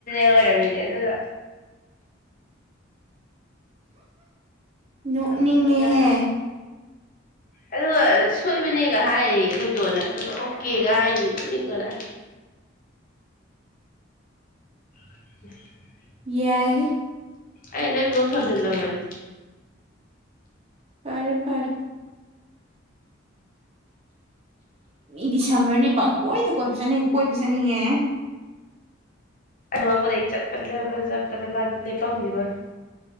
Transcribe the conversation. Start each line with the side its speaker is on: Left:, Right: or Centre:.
Left: ꯑꯣꯏꯔꯕꯤꯗꯤꯦ ꯑꯗꯨꯒ
Right: ꯅꯣꯛꯅꯤꯡꯉꯦꯍꯦ
Left: ꯑꯁ ꯐꯖꯩ ꯌꯥꯝꯅ ꯑꯗꯨꯒ ꯁꯣꯏꯕꯅꯦꯒ ꯍꯥꯏꯔꯤ ꯑꯩꯈꯣꯏꯇꯣꯟꯅ ꯑꯗꯨꯒ ꯑꯣꯀꯦꯒ ꯍꯥꯏꯔꯤ ꯅꯣꯛꯅꯤꯡꯕꯅ <inaudible>
Right: ꯌꯥꯏ
Left: ꯑꯩ ꯅꯝꯗꯜ ꯋꯥꯔ
Right: ꯐꯔꯦ ꯐꯔ ꯃꯤ ꯗꯤꯁꯝꯃꯔꯅꯤ ꯄꯪ ꯀꯣꯏꯗ ꯀꯣꯏꯕ ꯆꯠꯅꯤ ꯑꯩꯣꯏ ꯄꯁꯥꯅꯤ ꯑꯦ
Left: ꯊꯣꯛꯂꯛꯄꯗ ꯑꯩ ꯆꯠꯄꯅꯦ ꯆꯠꯄ ꯆꯠꯄꯗ ꯃꯥꯗꯤ ꯂꯦꯞꯄꯪꯁꯤꯔꯣꯏ